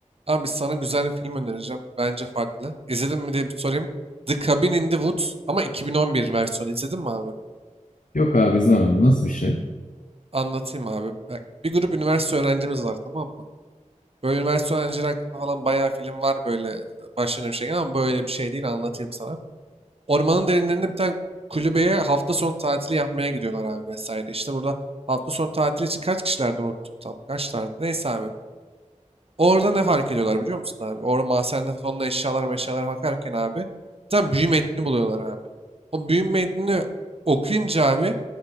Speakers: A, on the right; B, on the left.
A: Abi sana güzel bir film önereceğim. Bence farklı. İzledin mi diye bir sorayım. The Cabin in the Woods ama 2011 versiyonu. İzledin mi abi?
B: Yok abi izlemedim. Nasıl bir şey?
A: Anlatayım abi. Bak, bir grup üniversite öğrencimiz var tamam mı? Böyle üniversite öğrencileri hakkında falan bayağı film var böyle e, başlarına bir şey gelen ama böyle bir şey değil anlatayım sana. Ormanın derinlerinde bir tane kulübeye hafta sonu tatili yapmaya gidiyorlar abi vesaire. İşte burada hafta sonu tatili için kaç kişilerdi unuttum tam. Kaçlardı? Neyse abi. Orada ne fark ediyorlar biliyor musun abi? Orada mahzende tonla eşyalar eşyalar bakarken abi tam tane büyü metnini buluyorlar abi. O büyü metnini okuyunca abi